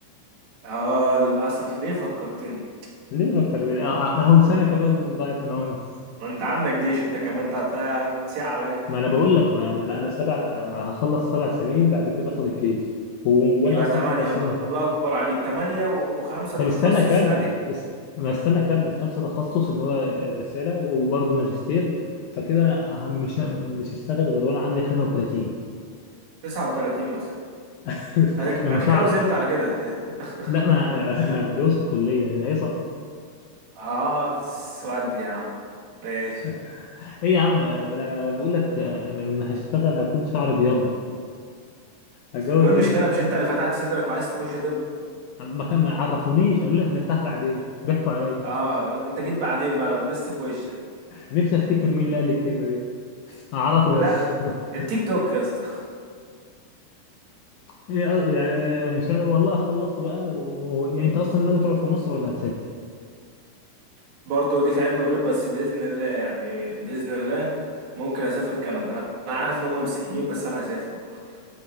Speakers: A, on the right (about 80°); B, on the left (about 80°).
A: اه للأسف ليه فكرتني
B: ليه فكر أهو سنة كمان ضاعت من عمري
A: ما انت عندك جيش انت كمان تع- تع- تسيع عليا
B: ما انا بقول لك ما ما انا انا سبع هخلص سبع سنين بعد كده اخد الجيش و... وانا
A: يبقى
B: اصلا
A: تمانية
B: عامل حساب
A: الله الله أكبر عليك تمانية و- وخمسة
B: طب
A: تخصص
B: استنى اكمل
A: ادي
B: است... ما استنى اكمل خمسه تخصص اللي هو الرساله وبرضه ماجستير فكده انا هم- مش مش هشتغل غير وانا عندي حاجه و30
A: تسعة وتلاتين مثلا
B: <laughs>
A: هتج-
B: المشاعر
A: هتتجوز امتى على كده <laughs>
B: لا ما انا <laughs> أنا هتجوز في الكليه هي هيصه
A: اه سواد يا عم ماشي
B: <laughs> ايه يا عم ده انا بقول لك آه، ما هشتغل هكون شعري بيض هتجوز
A: هو إيه المشكلة
B: ايه
A: مش انت اللي فتحت صدرك وعايز تخش طب
B: ما كان- ما عرفونيش قالوا لي هترتاح بعدين ضحكوا عليا
A: اه انت جيت بعدين بقى لبست في وشك
B: نفسي افتكر مين اللي قال لي الكلمه دي اعرفه
A: لا
B: بس <laughs>
A: التيك توك يا اسطى
B: إيه أ- يعني مش ه- والله خلصوا بقى و... و- يعني انت اصلا ناوي تقعد في مصر ولا هتسافر
A: <laughs> برضه دي في علم الغيب بس بإذن الله يعني بإذن الله ممكن أسافر كندا أنا عارف إن هم مسيحيين بس أنا هسافر برضه